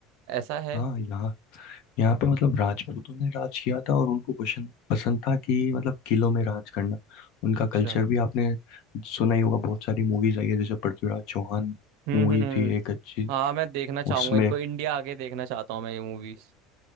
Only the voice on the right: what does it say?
ऐसा है
अच्छा
हम्म
हम्म
हाँ मैं देखना चाहूंगा
इनको इंडिया आगे देखना चाहता हूँ मैं ये मूवीज